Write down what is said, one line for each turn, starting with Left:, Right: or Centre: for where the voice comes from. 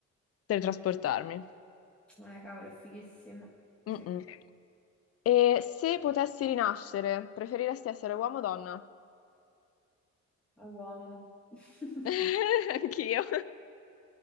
Left: Teletrasportarmi.
Centre: Eh, cavolo, è fighissimo. Sì.
Left: Mm-mm. E se potessi rinascere, preferiresti essere uomo o donna?
Centre: a uomo. <laughs>
Left: <laughs> Anch'io.